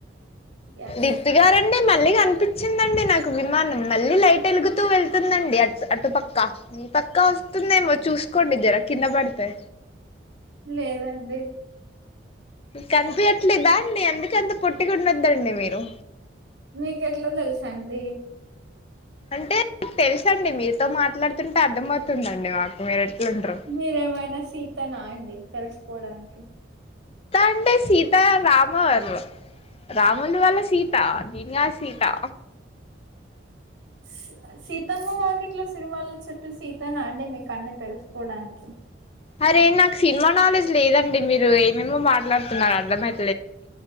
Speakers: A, on the right; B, on the left.
A: ఎస్
B: దీప్తిగారన్ డి అ మళ్ళీ కనిపించిందండి నాకు విమానం మళ్ళీ లైట్ ఎలుగుతూ వెళ్తుందండి అట్ అటుపక్క పక్క వస్తుందేమో చూస్కోండి జర కింద బడితే
A: లేదండి
B: కనిపియట్లేదా అండి అందుకె అంత పొట్టిగుందొద్దండి మీరు
A: మీకు ఎట్ల తెలుసండి
B: అంటే తెలుసండి మీతో మాట్లాడుతుంటే అర్థమవుతుందండి మాకు మీరు ఎట్లుంటారో
A: మీరేమైనా సీతనా అండి తెలుసుపోడానికి
B: త్తా అండి సీతారామర్ రాములు వాళ్ళ సీత నేన్కధ్ సీతా
A: సి సీతమ్మ వాకిట్లో సిరిమల్లె చెట్టూ సీతనా అండి మీకు అన్నీ తెలుసుపోడానికి
B: అరే నాకు సినిమా నాలెడ్జ్ లేదండి మీరు ఏమేమో మాట్లాడుతున్నారు అర్థమై